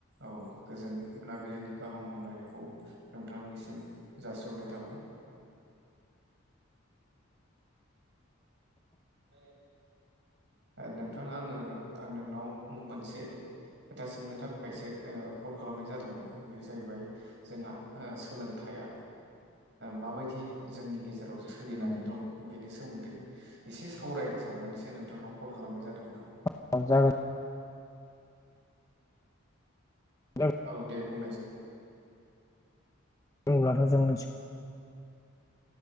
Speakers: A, on the right; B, on the left.
A: औ गोजोन मोनाबिलिनि गाहाम हामलायनायखौ नोंथांनिसिम जासिहरनाय थाबाय ए नोंथां आंङो आं नोंनाव मोनसे खोथा सोंनो थाखाय खायसे कल खालामनाय जादोंमोन बे जाहैबाय जोंहा सोलोंथाइया माबायदि जोंनि गेजेराव सोलिनानै
B: औ
A: दं बेनि सोमोन्दै? एसे सावरायनो साननानैसो नोंथांनाव कल खालामनाय जादोंमोन आं।
B: सोंजागोन द
A: औ दे बुंनायसैय
B: बुंब्लाथ' जों मिथिगोव